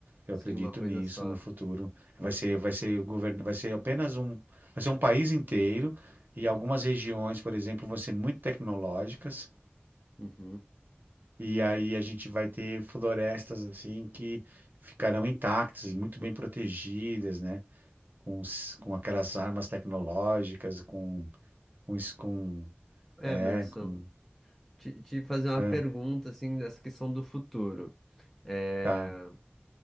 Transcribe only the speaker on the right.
Eu
acredito
nisso
no futuro.
Vai ser, vai ser o governo, vai ser apenas um, vai ser um país inteiro e algumas regiões, por exemplo, vão ser muito tecnológicas
e aí a gente vai ter florestas assim que ficarão intactas e muito bem protegidas, né? Com, os- com aquelas armas tecnológicas, com com, isso- com
é, com.
é,
tá.